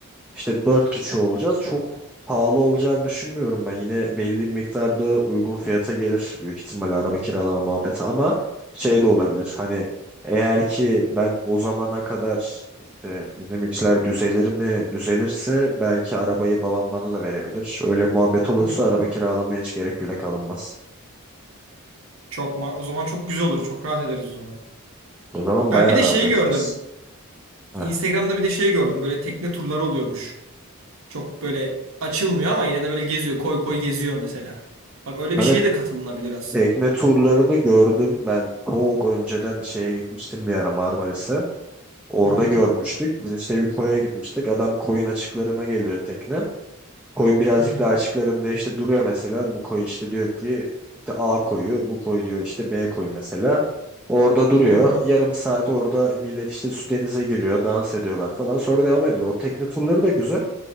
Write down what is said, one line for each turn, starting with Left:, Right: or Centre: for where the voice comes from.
Centre: İşte 4 kişi olacağız. Çok pahalı olacağını düşünmüyorum ben. Yine belli bir miktarda uygun fiyata gelir büyük ihtimalle araba kiralama muhabbeti ama şey de olabilir. Hani eğer ki ben o zamana kadar işte bizim işler düzelir mi düzelirse belki arabayı babam bana da verebilir. Öyle muhabbet olursa
Right: Hı hı.
Centre: araba kiralamaya hiç gerek bile kalınmaz.
Right: Çok ma o zaman çok güzel olur. Çok rahat ederiz o zaman.
Centre: O zaman
Right: Ben
Centre: bayağı
Right: bir de
Centre: rahat
Right: şey
Centre: ederiz.
Right: gördüm.
Centre: Heh.
Right: Instagram'da bir de şey gördüm. Böyle tekne turları oluyormuş. Çok böyle açılmıyor ama yine de böyle geziyor. Koy koy geziyor mesela. Bak öyle
Centre: Evet,
Right: bir şeye de katılınabilir aslında.
Centre: tekne turlarını gördüm. Ben çok önceden şeye gitmiştim bir ara Marmaris'e. Orada
Right: Hı hı.
Centre: görmüştük. Biz işte bir koya gitmiştik. Adam koyun açıklarına geliyor tekne. Koyun birazcık
Right: Hı hı.
Centre: daha açıklarında işte duruyor mesela. Bu koyu işte diyor ki işte A koyu, bu koyu diyor işte B koyu mesela. Orada duruyor.
Right: Hı hı.
Centre: Yarım saat orada millet işte su denize giriyor, dans ediyorlar falan. Sonra devam ediyor. O tekne turları da güzel.